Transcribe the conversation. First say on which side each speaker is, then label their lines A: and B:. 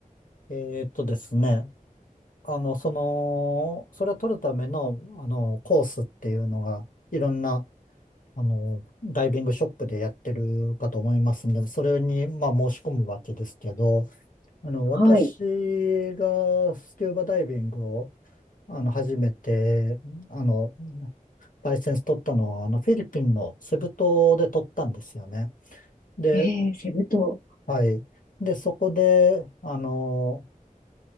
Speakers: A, on the left; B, on the left.
A: えーっとですね、あの、その、それを取るための、あの、コースっていうのが、いろんな、あの、ダイビングショップでやってるかと思いますんで、それに、まあ、申し込むわけですけど、あの、私
B: はい。
A: がスキューバダイビングをあの、初めて、あの、ライセンス取ったのは、あの、フィリピンのセブ島で取ったんですよね。で、
B: えー、セブ島。
A: はい。で、そこで、あの、